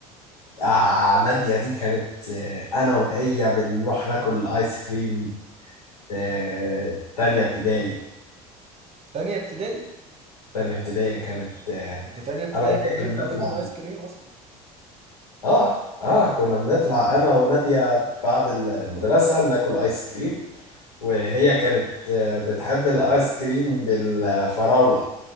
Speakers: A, on the left; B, on the right.
A: آه نادية دي كانت آه، أنا وهي بنروح ناكل آيس كريم آه تانية ابتدائي
B: تانية ابتدائي
A: تانية ابتدائي كانت آه
B: انت تانية ابتدائي
A: أنا وهي
B: كان ينفع
A: بنطلع
B: تاكل ايس كريم اصلا
A: آه آه كنا بنطلع أنا ونادية بعد المدرسة ناكل آيس كريم وهي كانت آه، بتحب الآيس كريم بالفراولة